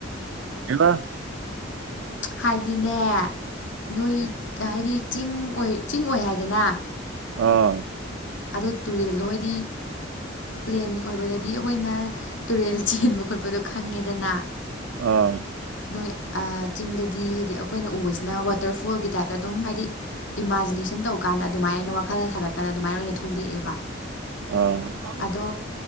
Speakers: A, on the right; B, on the left.
A: ꯀꯩꯕ
B: ꯍꯥꯏꯗꯤꯅꯦ ꯅꯣꯏ ꯍꯥꯏꯗꯤ ꯆꯤꯡ ꯑꯣꯏ ꯆꯤꯡ ꯑꯣꯏ ꯍꯥꯏꯗꯅ
A: ꯑꯥ
B: ꯑꯗ ꯇꯨꯔꯦꯜꯗꯣ ꯑꯣꯏꯗꯤ ꯄ꯭ꯂꯦꯟ ꯑꯣꯏꯕꯗꯗꯤ ꯑꯩꯈꯣꯏꯅ ꯇꯨꯔꯦꯜ ꯆꯦꯟꯕ ꯈꯣꯠꯄꯗꯣ ꯈꯪꯉꯦꯗꯅ
A: ꯑꯥ
B: ꯅꯣꯏ ꯑ ꯆꯤꯡꯗꯗꯤ ꯍꯥꯏꯗꯤ ꯑꯩꯈꯣꯏꯅ ꯎꯕꯁꯤꯅ ꯋꯥꯇꯔꯐꯣꯜꯒꯤ ꯇꯥꯏꯞꯇ ꯑꯗꯨꯝ ꯍꯥꯏꯗꯤ ꯏꯃꯥꯖꯤꯅꯦꯁꯟ ꯇꯧꯀꯥꯟꯗ ꯑꯗꯨꯃꯥꯏꯅ ꯋꯥꯈꯜꯅ ꯁꯥꯒꯠꯀꯥꯟꯗ ꯑꯗꯨꯃꯥꯏꯅ ꯑꯣꯏꯅ ꯊꯣꯛꯂꯛꯑꯦꯕ
A: ꯑꯥ
B: ꯑꯗꯣ